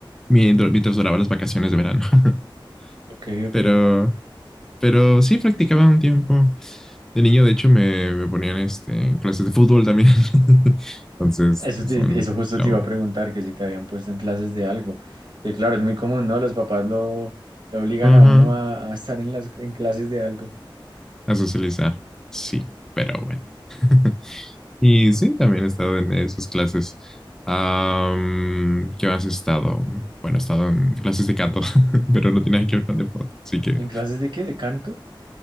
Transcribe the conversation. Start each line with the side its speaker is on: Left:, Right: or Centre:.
Centre: mientras, mientras duraban las vacaciones de verano. <laughs>
Right: Ok, ok.
Centre: Pero Pero sí practicaba un tiempo. De niño, de hecho, me, me ponían este, en clases de fútbol también. <laughs> Entonces,
Right: Eso, te-
Centre: son
Right: eso justo
Centre: la
Right: te iba a preguntar, que si te habían puesto en clases de algo. Que claro, es muy común, ¿no? Los papás lo, lo obligan
Centre: Ajá,
Right: a uno a, a estar en las en clases de algo.
Centre: a socializar. Sí, pero bueno. <laughs> Y sí, también he estado en esas clases. Am, ¿qué más he estado? Bueno, he estado en clases de canto, <laughs> pero no tiene nada que ver con deporte. Así que
Right: ¿En clases de qué? ¿De canto?